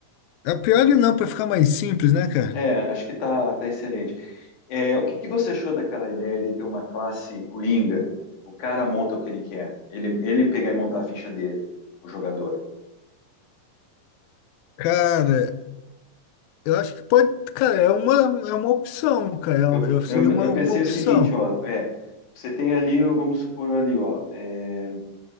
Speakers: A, on the left; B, on the left.
A: A Pioli não, para ficar mais simples, né, cara?
B: É, acho que tá, tá excelente. É, o que que você achou daquela ideia de ter uma classe coringa? O cara monta o que ele quer. Ele, ele pegar e montar a ficha dele, o jogador.
A: Cara, eu acho que pode. Cara, é uma, é uma opção, cara. É
B: Eu,
A: um- eu- seria
B: eu,
A: uma,
B: eu
A: uma
B: pensei
A: opção.
B: o seguinte, ó, é, você tem ali, vamos supor ali, ó, é,